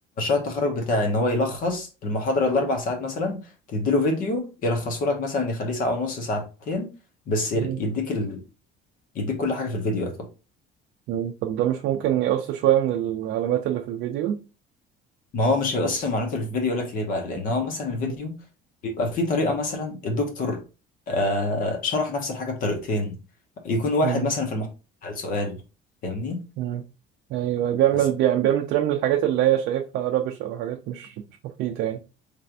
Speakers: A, on the left (about 45°); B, on the right (about 60°).
A: التخرج بتاعي ان هو يلخص المحاضره الاربع ساعات مثلا تديله فيديو يلخصه لك مثلا يخليه ساعه ونص ساعتين بس يديك
B: مم.
A: ال... يديك كل حاجه في الفيديو
B: مم. طب ده مش ممكن يقص شوية من العلامات اللي في الفيديو؟
A: ما هو مش هيقص في معلومات اللي في الفيديو يقول لك ليه بقى لان هو مثلا الفيديو
B: مم.
A: بيبقى فيه طريقه مثلا الدكتور آه شرح نفس الحاجه بطريقتين يكون واحد
B: مم.
A: مثلا في المحاضره سأل سؤال فاهمني
B: مم. ايوه بيعمل
A: بس
B: بيعمل بيعمل ترمل الحاجات اللي هي شايفها ربش او حاجات مش مش مفيدة يعني